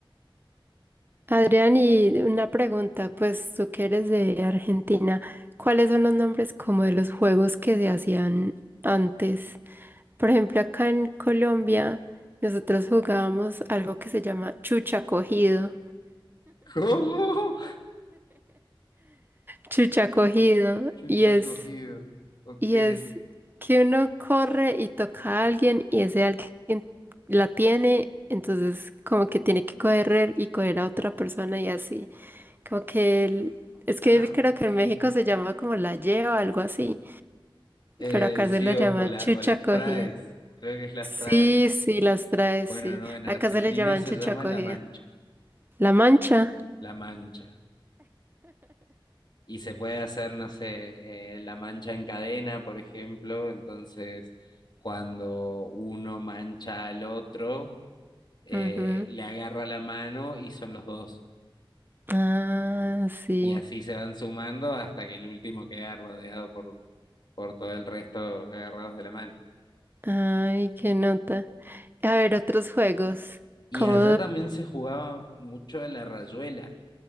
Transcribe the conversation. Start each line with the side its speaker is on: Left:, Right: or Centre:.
Right: Adrián, y una pregunta, pues tú que eres de Argentina, ¿cuáles son los nombres como de los juegos que se hacían antes? Por ejemplo, acá en Colombia nosotros jugábamos algo que se llama chucha cogido.
Left: ¿Cómo?
Right: chucha cogido
Left: Chucha
Right: y es,
Left: cogido. Ok.
Right: y es que uno corre y toca a alguien y ese alguien la tiene, entonces como que tiene que correr y coger a otra persona y así. Como que el- es que
Left: Ah,
Right: creo
Left: ok.
Right: que en México se llama como la lleva, algo así,
Left: Eh,
Right: pero acá
Left: sí,
Right: se la
Left: o,
Right: llama
Left: o la-
Right: chucha
Left: o las
Right: cogida.
Left: traes. Creo que es las
Right: Sí,
Left: traes.
Right: sí, las trae,
Left: Bueno,
Right: sí.
Left: no, en
Right: Acá
Left: Argentina
Right: se le llaman
Left: se
Right: chucha
Left: llama
Right: cogida.
Left: La Mancha.
Right: La mancha.
Left: La Mancha. y se puede hacer, no sé, eh, la mancha en cadena, por ejemplo, entonces cuando uno mancha al otro, eh,
Right: Ujú.
Left: le agarra la mano y son los dos.
Right: Ah, sí.
Left: Y así se van sumando hasta que el último queda rodeado por, por todo el resto agarrados de la mano.
Right: Ay, qué nota. A ver, otros juegos,
Left: Y
Right: como
Left: allá también se jugaba mucho la rayuela.